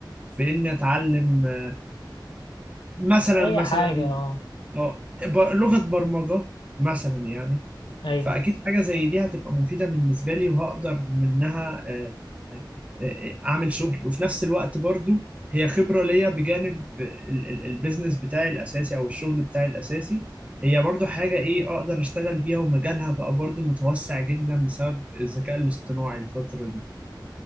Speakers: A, on the right; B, on the left.
A: في اني اتعلم آه، مثلا
B: اي
A: مثلا
B: حاجة اه
A: اه ب- لغة برمجة مثلا يعني
B: ايوه
A: فأكيد حاجة زي دي هتبقى مفيدة بالنسبة لي وهقدر منها آه، آه، آه، أعمل شغل وفي نفس الوقت برضو هي خبرة ليا بجانب ال- ال- البيزنس بتاعي الأساسي أو الشغل بتاعي الأساسي هي برضو حاجة إيه أقدر أشتغل بيها ومجالها بقى برضو متوسع جدا بسبب الذكاء الاصطناعي الفترة دي